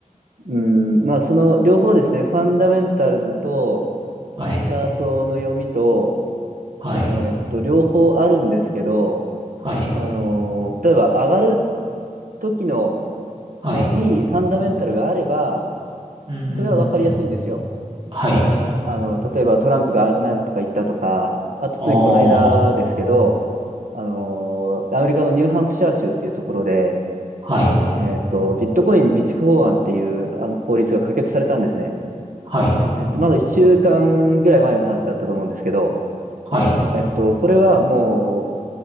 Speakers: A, on the right; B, on the right.
A: うん、まあその両方ですね、ファンダメンタルズと
B: はい。
A: チャートの読みと、
B: はい。
A: えーっと、両方あるんですけど、
B: はい。
A: あのー例えば上がる時の
B: はい。
A: ね、いいファンダメンタルがあれば、
B: うんうんうんうん。
A: それは分かりやすいんですよ。
B: はい。
A: あの、例えばトランプが何とか言ったとか、あとついこの間ですけど、
B: ああ。
A: あのアメリカのニューハンプシャー州っていうところで、
B: はい。
A: えっと、ビットコイン備蓄法案っていうあの法律が可決されたんですね。
B: はい。
A: えっと、まだ1週間ぐらい前の話だったと思うんですけど、
B: はい。
A: えっと、これはもう、